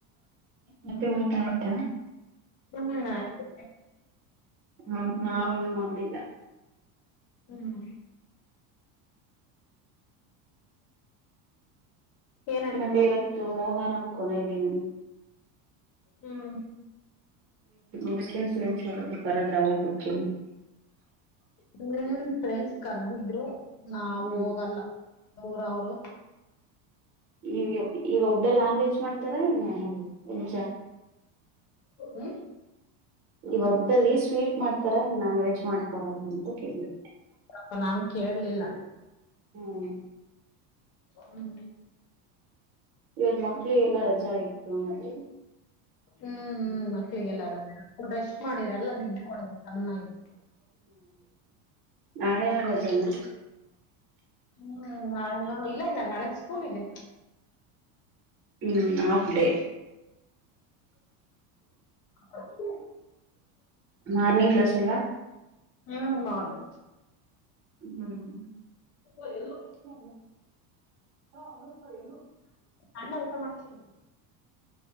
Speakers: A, on the right (about 30°); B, on the left (about 80°).
A: ಮತ್ತೆ ಊಟ ಆಯ್ತಾ
B: ಹ್ಮ್ ಆಯ್ತು
A: ಹ ನಾವು ಇನ್ನು ಮಾಡಿಲ್ಲ
B: ಹ್ಮ್
A: <inaudible>
B: ಏನ್ ಅಡ್ಗೆ
A: ಮತ್ತೆ
B: ಮಾಡಿದ್ರಿ
A: ಇವತ್ತು ಮೋಹರಂ ಕಡೆ ದಿನ
B: ಹ್ಮ್
A: ಮುಸ್ಲಿಂಸು ಯಾರಾದ್ರೂ ಕರದ್ರ ಊಟಕ್ಕೆ
B: ಹ್ಮ ಫ್ರೆಂಡ್ಸ್ ಕರ್ದಿದ್ರು ನಾಾವ
A: ಹ್ಮ್
B: ಹೋಗಲ್ಲ ಊರವರು
A: ಈ ಈ ಒಬ್್ದ ಲಲ್ಯಾಂಗ್ವೇಜ್ ಮಾಡ್ತಾರ ಹೆಜಜ
B: ಹ
A: ಈ ಹಬ್ಬಲ್ಲಿ ಸ್ವೀಟ್ ಮಾಡ್ತಾರಾ ನಾನ್ ವೆಜ್ ಮಾಡ್ತಾರ ಕೇಳಿದೆ
B: ಪ್ಪ ನಾನ್ ಕೇೇಳಲಿಲ್ಲ
A: ಹ್ಮ್
B: ಹ್ಮ
A: ಇವಾಗ ಮಕ್ಳು ಎಲ್ಲಾ <unintelligible>
B: ಹ್ಮ್ ಹ್ಮ್ ಮಕ್ಳಿಗೆಲ್ಲ ರೆಸ್ಟ್ ಮಾಡಿರ ಎಲ್ಲ ನಿ ತ ಚನ್ನಾಗಿ
A: ನಾಳನು ರಜೆ ನಾ
B: ಹ್ಮ್ ನಾಳೆ ಇಲ್ಲ ಇಲ್ಲ ನಾಳಗ್ ಸ್ಕೂಲ್ ಇದೆ
A: ಹ್ಮ ಹಾಫ್ ಡೇ
B: ಹೌದು
A: ಮಾರ್ನಿಂಗ್ ಕ್ಲಾಸ್ ಎಲ್ಲ
B: ಹ್ಮ್ ಹೌದು
A: ಹ್ಮ್
B: ಅ ಎಲ್ಲ
A: ಹ ಹ ಅನು ಅನು
B: ಅಣ್ಣ ಊಟ ಮಾಡ್ತೀಿ